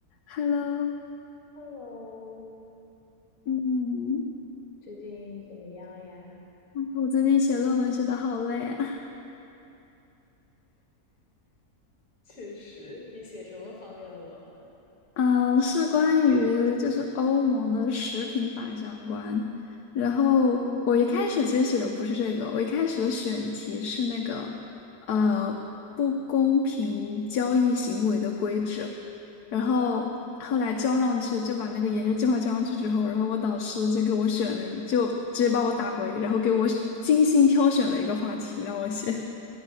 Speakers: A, on the left; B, on the left.
A: Hello，
B: Hello，
A: 嗯，
B: 最近怎么样呀？
A: 哎我最近写论文写的好累啊。
B: 确实，你写什么方面的论文？
A: 啊、是关于就是欧盟的食品法相关。然后我一开始其实写的不是这个，我一开始的选题是那个呃不公平交易行为的规制。然后后来交上去，就把那个研究计划交上去之后，然后我导师就给我选了一，就直接把我打回，然后给我精心挑选了一个话题让我写。